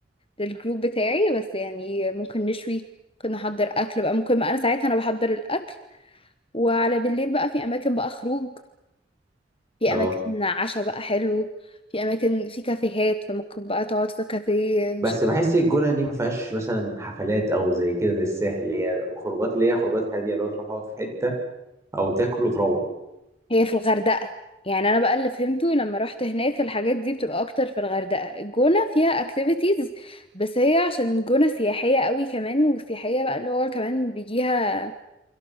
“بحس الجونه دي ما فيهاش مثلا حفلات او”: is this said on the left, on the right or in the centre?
Right